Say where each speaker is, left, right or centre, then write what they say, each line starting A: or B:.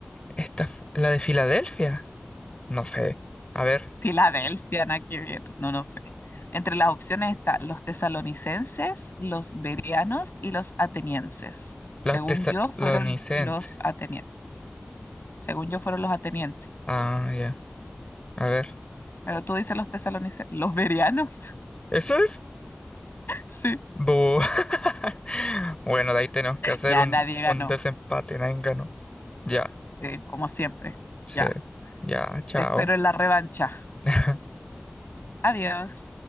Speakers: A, on the left; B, on the left.
A: esta, fu- la de Filadelfia. No sé. A ver,
B: Filadelfia, nada que ver, no, no sé. Entre las opciones está los tesalonicenses, los bereanos y los atenienses. Según
A: los tesalonicenses.
B: yo, fueron los atenienses. Según yo, fueron los atenienses.
A: Ah, ya. A ver.
B: Pero tú dices los tesalonicenses, los bereanos. <laughs>
A: ¿Eso es?
B: Sí,
A: Bu. <laughs> Bueno, de ahí tenemos que hacer
B: ya
A: un,
B: nadie ganó,
A: un desempate, nadie ganó. Ya,
B: eh, como siempre.
A: sí,
B: Ya,
A: ya, chao.
B: te espero en la revancha.
A: <laughs>
B: Adiós.